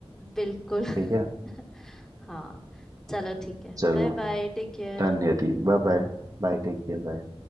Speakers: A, in the centre; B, on the right.
A: बिल्कुल
B: ठीक है
A: <laughs> हाँ चलो ठीक है
B: चलो
A: बाय बाय टेक केयर
B: डन यदि bye bye bye take care bye